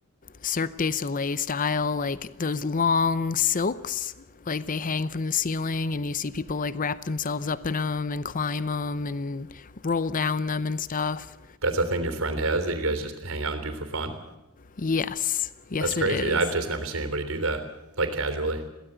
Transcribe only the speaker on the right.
That's a thing your friend has that you guys just hang out and do for fun.
That's crazy.
I've just never seen anybody do that like casually.